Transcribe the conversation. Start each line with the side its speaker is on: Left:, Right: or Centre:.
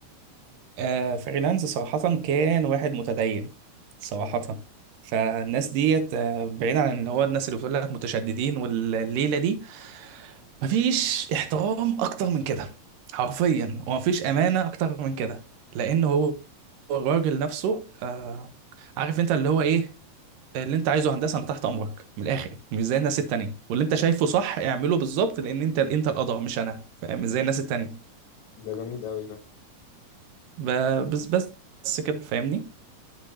Right: آه فريلانس صراحة كان واحد متدين صراحة
Left: ايه؟
Right: فالناس ديت آه، بعيد عن اللي هو الناس اللي بتقول لك متشددين والليلة دي مفيش احترام أكتر من كده حرفيا ومفيش أمانة أكتر من كده لأن هو الراجل نفسه آه عارف أنت اللي هو إيه اللي أنت عايزه هندسة أنا تحت أمرك من الآخر مش زي الناس التانية واللي أنت شايفه صح اعمله بالظبط لأن أنت أنت القدر مش أنا فاهم مش زي الناس التانية
Left: ده جميل قوي ده
Right: ب- بس بس كده فاهمني